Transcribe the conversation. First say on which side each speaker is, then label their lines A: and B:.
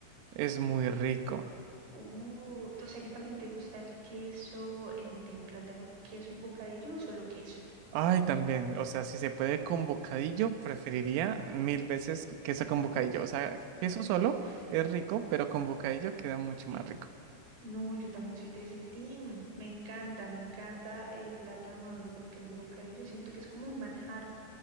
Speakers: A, on the right (about 85°); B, on the right (about 45°).
A: es muy rico.
B: Uh, o sea que también te gusta el queso, en el plátano, queso y bocadillo o solo queso.
A: Ay, también, o sea, si se puede con bocadillo, preferiría mil veces queso con bocadillo. O sea, queso solo
B: Uf.
A: es rico, pero con bocadillo queda mucho más rico.
B: No, yo también soy de ese team. Me encanta, me encanta el plátano maduro con queso y bocadillo. Siento que es como un manjar